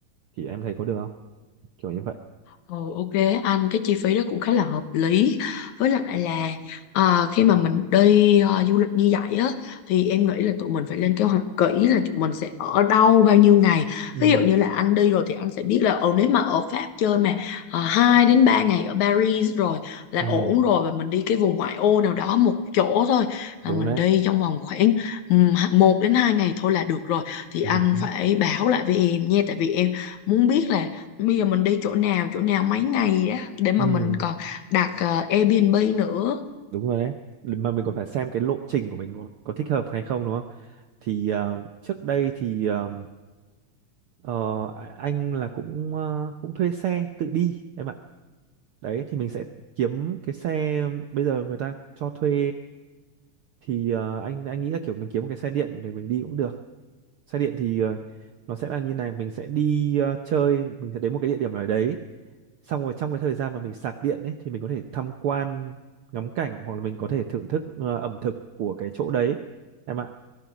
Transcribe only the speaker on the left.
Ừ, ok anh cái chi phí đó cũng khá là hợp lý với lại là à, khi mà mình đi à, du lịch như vậy á thì em nghĩ là tụi mình phải lên kế hoạch kỹ là tụi mình sẽ ở đâu bao nhiêu ngày
ví dụ như là anh đi rồi thì anh sẽ biết là ừ nếu mà ở Pháp chơi mà à, 2 đến 3 ngày ở Paris rồi là
ổn rồi và mình đi cái vùng ngoại ô nào đó một chỗ thôi là
mình
đi trong vòng khoảng um, 1 đến 2 ngày thôi là được rồi thì
anh
phải báo lại với em nha tại vì em muốn biết là bây giờ mình đi chỗ nào chỗ nào mấy ngày đó để mà
mình còn đặt ờ, Airbnb nữa